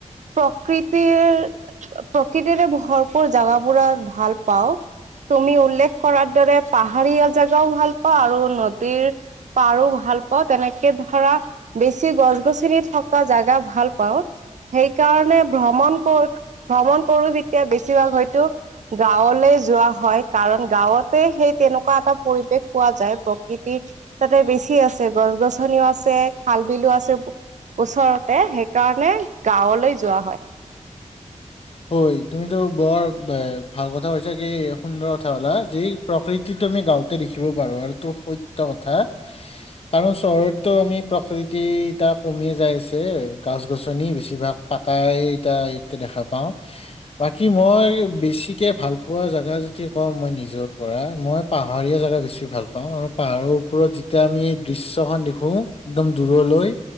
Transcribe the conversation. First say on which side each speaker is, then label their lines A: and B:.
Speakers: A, on the right; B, on the left.
A: প্ৰকৃতিৰ প্ৰকৃতিৰে ভৰপূৰ জেগাবোৰত ভাল পাওঁ। তুমি উল্লেখ কৰাৰ দৰে পাহাৰীয়া জেগাওঁ ভাল পাওঁ আৰু নদীৰ পাৰো ভাল পাওঁ তেনেকে ধৰা বেছি গছ গছনি গছনি থকা জেগা ভাল পাওঁ। সেই কাৰণে ভ্ৰমণ কৰো ভ্ৰমণ কৰো যেতিয়া বেছিভাগ হয়তো। গাৱলৈ যোৱা হয়, কাৰণ গাঁৱতে সেই তেনেকুৱা এটা পৰিৱেশ পোৱা যায় প্ৰকৃতিৰ। তাতে বেছি আছে গছ গছনিও আছে খাল বিলো আছে। ওচৰতে সেইকাৰণে গাঁৱলৈ যোৱা হয়।
B: ঐ তুমিতো বৰ এ ভাল কথা কৈছা কি সুন্দৰ কথা ক'লা যি প্ৰকৃতি তুমি গাওঁতে দেখিব পাৰোঁ আৰু এইটো সত্যৰ কথা। কাৰণ চহৰতো আমি প্ৰকৃতি এতিয়া কমিয়ে যাই আছে গছ গছনি বেছিভাগ। পাকাই ইটা এইয়াতে দেখা পাওঁ। বাকী মই, বেছিকে ভাল পোৱা জেগা যদি কওঁ, মই নিজৰ পৰা মই পাহাৰীয়া জেগা বেছি ভাল পাওঁ আৰু পাহাৰৰ ওপৰত যেতিয়া আমি এই দৃশ্যখন দেখো। একদম দূৰলৈ